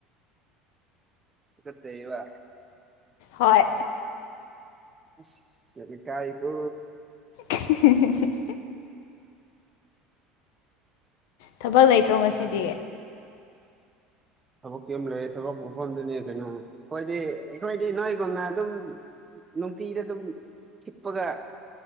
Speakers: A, on the right (about 15°); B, on the left (about 80°).
A: ꯇꯨꯀꯠꯖꯩꯕ꯫
B: ꯍꯣꯏ꯫
A: ꯑꯁ ꯌꯥꯝ ꯏꯀꯥꯏ ꯀꯣ
B: <unintelligible> ꯊꯕꯛ ꯂꯩꯇ꯭ꯔꯣ
A: ꯃꯤ
B: ꯉꯁꯤꯗꯤ꯫
A: ꯆꯥꯗꯦ ꯊꯕꯛꯀꯤ ꯑꯃ ꯂꯩ ꯊꯕꯛ ꯃꯐꯝꯗꯨꯅꯤ ꯀꯩꯅꯣ ꯑꯩꯈꯣꯏꯗꯤ ꯑꯩꯈꯣꯏꯗꯤ ꯅꯣꯏꯒꯨꯝꯅ ꯑꯗꯨꯝ ꯅꯨꯡꯇꯤꯗ ꯑꯗꯨꯝ ꯍꯤꯞꯄꯒ